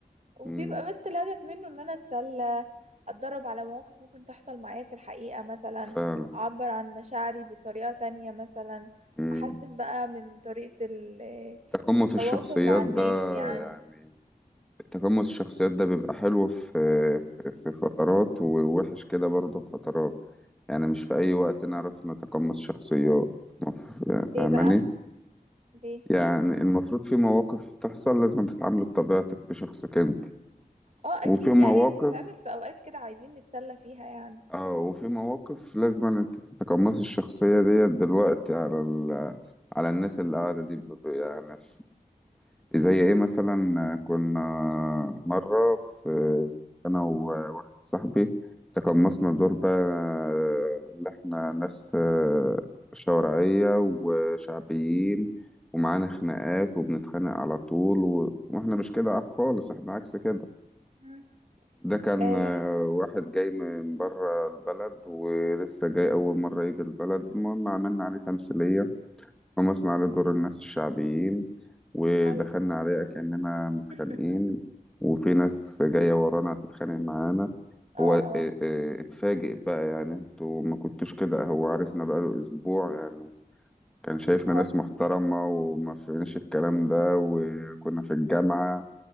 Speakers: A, on the right; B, in the centre.
A: وبيبقى
B: مم،
A: بس الهدف منه ان انا اتسلى اتدرب على مواقف ممكن تحصل معايا في الحقيقة مثلا
B: فعلا
A: اعبر عن مشاعري بطريقة تانية مثلا
B: مم.
A: احسن بقى من طريقة ال-
B: تقمص
A: <hesitation> التواصل
B: الشخصيات
A: مع الناس
B: ده
A: يعني
B: يعني تقمص الشخصيات ده بيبقى حلو في في, في فترات ووحش كده برضه في فترات يعني مش في أي وقت نعرف نتقمص شخصيات مف-
A: ليه
B: فاهماني
A: بقى ليه
B: يعني المفروض في مواقف تحصل لازم تتعامل بطبيعتك بشخصك انت
A: اه
B: وفي
A: اكيد
B: مواقف
A: لا هي بتتعمل في اوقات كده عايزين نتسلى فيها يعني
B: اه وفي مواقف لازم أن انت تتقمصي الشخصية ديت دلوقتي على ال... على الناس اللي قاعدة دي ب... ب- يعني في... زي ايه مثلا كنا مرة في انا وواحد صاحبي تقمصنا دور بقى آه، اللي احنا ناس آه، شوارعية وشعبيين ومعانا خناقات وبنتخانق على طول و... واحنا مش كده خالص احنا عكس كده
A: مم.
B: ده كان
A: آه
B: آه، واحد جاي من بره البلد ولسه جاي أول مرة يجي البلد المهم عملنا عليه تمثيلية قمصنا عليه دور الناس الشعبيين ودخلنا
A: ايوه
B: عليه كأننا متخانقين
A: <laughs>
B: وفي ناس جاية ورانا هتتخانق معانا
A: اه
B: هو آه،
A: اه
B: آه، اتفاجئ بقى يعني انتوا ما كنتوش كده هو عرفنا بقاله أسبوع يعني كان شايفنا
A: اه
B: ناس محترمة وما فيناش الكلام ده وكنا في الجامعة